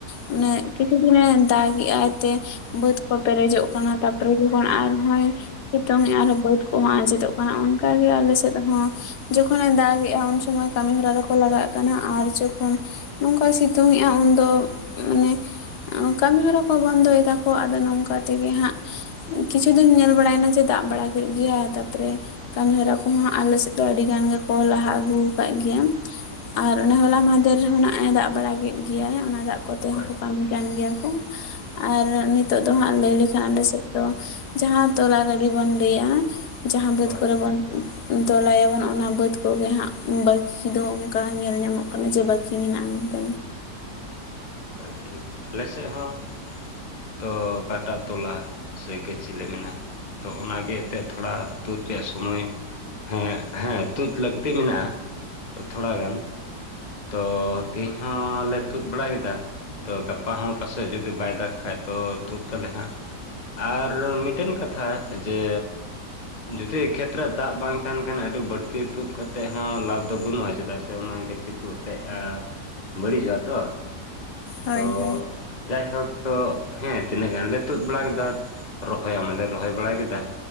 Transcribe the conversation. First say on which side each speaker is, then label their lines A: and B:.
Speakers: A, on the left; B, on the left.
A: ᱢᱟᱱᱮ ᱠᱤᱪᱷᱩ ᱫᱤᱱᱮ ᱫᱟᱜ ᱮ ᱟᱭ ᱛᱮ ᱵᱟᱹᱫᱽ ᱠᱚ ᱯᱮᱨᱮᱡᱚᱜ ᱠᱟᱱᱟ ᱛᱟᱯᱚᱨᱮ ᱡᱚᱠᱷᱚᱱ ᱟᱨᱦᱚᱭ ᱥᱤᱛᱩᱝ ᱮᱜᱼᱟ ᱟᱨᱦᱚᱸ ᱵᱟᱹᱫ ᱠᱚᱦᱚᱸ ᱟᱸᱡᱮᱫᱚᱜ ᱠᱟᱱᱟ, ᱚᱱᱠᱟ ᱜᱮ ᱟᱞᱮ ᱥᱮᱫ ᱦᱚᱸ᱾ ᱡᱚᱠᱷᱚᱱᱮ ᱫᱟᱜᱮᱜᱼᱟ ᱩᱱ ᱥᱳᱢᱳᱭ ᱠᱟᱹᱢᱤ ᱦᱚᱨᱟ ᱨᱮᱠᱚ ᱞᱟᱜᱟᱜ ᱠᱟᱱᱟ ᱟᱨ ᱡᱚᱠᱷᱚᱱ ᱱᱚᱝᱠᱟᱭ ᱥᱤᱛᱩᱝᱮᱜᱼᱟ ᱩᱱᱫᱚ ᱢᱟᱱᱮ ᱠᱟᱹᱢᱤ ᱦᱚᱨᱟ ᱠᱚ ᱵᱚᱱᱫᱚᱭ ᱫᱟᱠᱚ, ᱟᱫᱚ ᱱᱚᱝᱠᱟ ᱛᱮᱜᱮ ᱦᱟᱸᱜ ᱠᱤᱪᱷᱩ ᱫᱤᱱ ᱧᱮᱞ ᱵᱟᱲᱟᱭ ᱱᱟ ᱡᱮ ᱫᱟᱜ ᱵᱟᱲᱟ ᱠᱮᱫ ᱜᱮᱭᱟᱭ, ᱛᱟᱯᱚᱨᱮ ᱠᱟᱹᱢᱤᱦᱚᱨᱟ ᱠᱚᱦᱚᱸ ᱟᱞᱮ ᱥᱮᱫ ᱫᱚ ᱟᱹᱰᱤ ᱜᱟᱱ ᱜᱮᱠᱚ ᱞᱟᱦᱟ ᱟᱹᱜᱩ ᱟᱠᱟᱫ ᱜᱮᱭᱟ᱾ ᱟᱨ ᱚᱱᱮ ᱦᱚᱞᱟ ᱢᱟᱦᱫᱮᱨ ᱦᱚᱸ ᱱᱟᱜ ᱮ ᱫᱟᱜ ᱵᱟᱲᱟ ᱠᱮᱫ ᱜᱮᱭᱟᱭ, ᱚᱱᱟ ᱫᱟᱜ ᱠᱚᱛᱮ
B: ᱦᱳᱭ
A: ᱦᱚᱸᱠᱚ ᱠᱟᱹᱢᱤ ᱠᱟᱱ ᱜᱮᱭᱟ ᱠᱚ ᱟᱨ ᱱᱤᱛᱚᱜ ᱫᱚ ᱦᱟᱸᱜ ᱞᱟᱹᱭ ᱞᱮᱠᱷᱟᱱ ᱟᱞᱮ ᱥᱮᱫ ᱫᱚ ᱡᱟᱦᱟᱸ ᱛᱚᱞᱟ ᱜᱟᱹᱰᱤ ᱵᱚᱱ ᱞᱟᱹᱭᱟ ᱡᱟᱦᱟᱸ ᱵᱟᱹᱫᱽ
B: ᱦᱳᱭ
A: ᱠᱚᱨᱮ ᱵᱚᱱ ᱛᱚᱞᱟᱭᱟᱵᱚᱱ ᱚᱱᱟ ᱵᱟᱹᱫ ᱠᱚᱜᱮ ᱦᱟᱸᱜ ᱵᱟᱹᱠᱤ ᱫᱚ ᱚᱝᱠᱟ ᱧᱮᱞ ᱧᱟᱢᱚᱜ ᱠᱟᱱᱟ, ᱡᱮ ᱵᱟᱹᱠᱤ ᱢᱮᱱᱟᱜᱼᱟ ᱢᱮᱱᱛᱮ᱾
B: ᱦᱳᱭ ᱴᱷᱤᱠ, ᱟᱞᱮ ᱥᱮᱜ ᱦᱚᱸ ᱛᱚ ᱠᱟᱴᱟ ᱛᱚᱞᱟ ᱥᱮ ᱜᱟᱹᱪᱷᱤ ᱞᱮ ᱢᱮᱱᱟ᱾ ᱛᱚ ᱚᱱᱟᱜᱮ ᱮᱛᱮᱡ ᱛᱷᱚᱲᱟ ᱛᱩᱫ ᱨᱮᱭᱟᱜ ᱥᱳᱢᱳᱭ ᱦᱮᱸ ᱦᱮᱸ ᱛᱩᱫ ᱞᱟᱹᱠᱛᱤ ᱢᱮᱱᱟᱜᱼᱟ, ᱛᱚ ᱛᱷᱚᱲᱟ ᱜᱟᱱ᱾ ᱛᱚ ᱛᱤᱦᱤᱧ ᱦᱚᱸ ᱞᱮ ᱛᱩᱫ ᱵᱟᱲᱟ ᱠᱮᱫᱟ᱾ ᱛᱚ ᱜᱟᱯᱟ ᱦᱚᱸ ᱯᱟᱥᱮᱡ ᱡᱩᱫᱤ ᱵᱟᱭ ᱫᱟᱜ ᱠᱷᱟᱡ ᱛᱚ ᱛᱩᱫ ᱟᱞᱮ ᱦᱟᱸᱜ ᱾ ᱟᱨ ᱢᱤᱫᱴᱮᱱ ᱠᱟᱛᱷᱟ, ᱡᱮ ᱡᱩᱫᱤ ᱠᱷᱮᱛ ᱨᱮ ᱫᱟᱜ ᱵᱟᱝ ᱛᱟᱦᱮᱱ ᱠᱷᱟᱱ, ᱟᱹᱰᱤ ᱵᱟᱹᱲᱛᱤ ᱛᱩᱫ ᱠᱟᱛᱮᱫ ᱦᱚᱸ ᱞᱟᱵᱷ ᱫᱚ ᱵᱟᱹᱱᱩᱜᱼᱟ᱾ ᱪᱮᱫᱟᱜ ᱥᱮ ᱥᱮ ᱚᱱᱟ ᱜᱟᱹᱪᱷᱤ ᱠᱚ ᱮᱛᱮᱜᱼᱟ ᱵᱟᱹᱲᱤᱡᱚᱜᱼᱟ ᱛᱚ,
A: ᱦᱳᱭ
B: ᱛᱚ
A: ᱦᱳᱭ
B: ᱡᱟᱭᱦᱳᱠ ᱛᱚ ᱦᱮᱸ ᱛᱤᱱᱟᱹᱜ ᱜᱟᱱ ᱞᱮ ᱛᱩᱫ ᱵᱟᱲᱟ ᱠᱮᱫᱟ ᱨᱚᱦᱚᱭᱟᱜ ᱢᱟᱞᱮ ᱨᱚᱦᱚᱭ ᱵᱟᱲᱟ ᱠᱮᱫᱟ᱾